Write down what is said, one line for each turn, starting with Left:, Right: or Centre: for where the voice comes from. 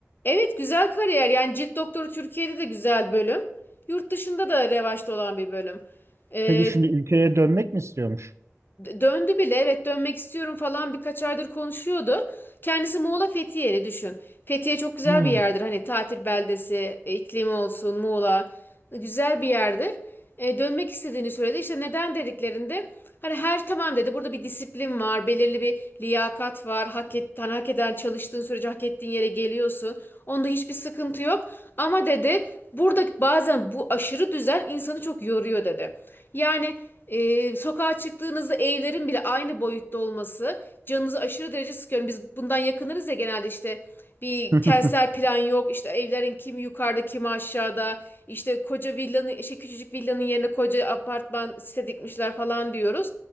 Left: Evet güzel kariyer. Yani cilt doktoru Türkiye'de de güzel bölüm. Yurt dışında da revaçta olan bir bölüm. Ee,
Right: Peki şimdi ülkeye dönmek mi istiyormuş?
Left: Döndü bile evet dönmek istiyorum falan birkaç aydır konuşuyordu. Kendisi Muğla Fethiye'li düşün. Fethiye çok güzel
Right: Hmm.
Left: bir yerdir hani tatil beldesi, e, iklimi olsun Muğla güzel bir yerdir. E, dönmek istediğini söyledi. İşte neden dediklerinde hani her tamam dedi burada bir disiplin var, belirli bir liyakat var. Hak et, hani hak eden çalıştığın sürece hak ettiğin yere geliyorsun. Onda hiçbir sıkıntı yok. Ama dedi burada bazen bu aşırı düzen insanı çok yoruyor dedi. Yani e, sokağa çıktığınızda evlerin bile aynı boyutta olması canınızı aşırı derece sıkıyorum. Biz bundan yakınırız ya genelde işte bir
Right: <laughs>
Left: kentsel plan yok. İşte evlerin kimi yukarıda kimi aşağıda. İşte koca villanın şey küçücük villanın yerine koca apartman site dikmişler falan diyoruz.